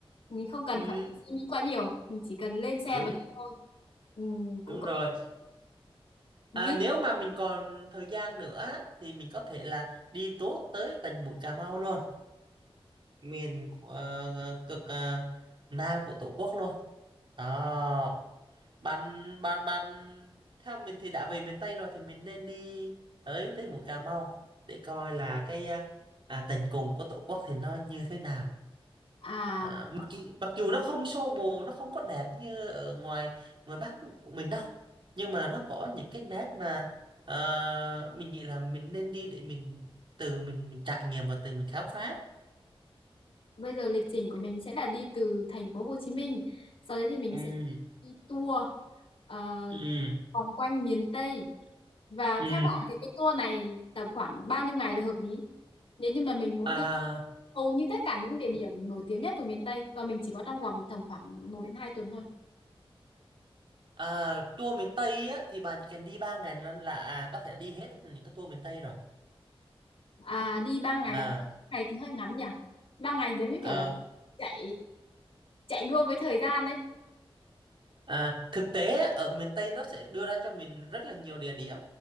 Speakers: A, on the left (about 60°); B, on the right (about 55°).
A: mình không cần
B: ừ,
A: phải suy nghĩ quá nhiều mình chỉ cần lên xe
B: đúng
A: và đi thôi Ừm, cũng
B: đúng
A: có
B: rồi
A: vẻ ví
B: à, nếu mà mình còn thời gian nữa á, thì mình có thể là đi tốt tới tận mũi Cà Mau luôn miền của, ờ, cực ờ, nam của Tổ quốc luôn đó bạn bạn bạn theo mình thì đã về miền Tây rồi thì mình nên đi tới tới mũi Cà Mau để coi là cái à, à, tận cùng của Tổ quốc thì nó như thế nào
A: à
B: À, mặc dù, mặc dù nó không xô bồ nó không có đẹp như ở ngoài ngoài Bắc của mình đâu nhưng mà nó có những cái nét mà ờ, mình nghĩ là mình nên đi để mình từ mình trải nghiệm và từ mình khám phá
A: Bây giờ lịch trình của mình sẽ là đi từ thành phố Hồ Chí Minh, sau đấy thì mình
B: ừ
A: sẽ đi tour ờ,
B: ừ
A: vòng quanh miền Tây. Và
B: ừ
A: theo bạn thì cái tour này tầm khoảng bao nhiêu ngày là hợp lý? Nếu như mà mình muốn
B: à,
A: đi hầu như tất cả những địa điểm nổi tiếng nhất của miền Tây và mình chỉ có trong vòng tầm khoảng một đến hai tuần thôi.
B: à tour miền Tây á thì bạn chỉ cần đi 3 ngày là, là à, có thể đi hết những cái tour miền Tây rồi
A: À đi ba ngày
B: à,
A: thôi. Ngày thì hơi ngắn nhỉ. ba ngày giống như
B: à
A: kiểu là chạy chạy đua với thời gian đấy.
B: À, thực tế á, ở miền Tây nó sẽ đưa ra cho mình rất là nhiều địa điểm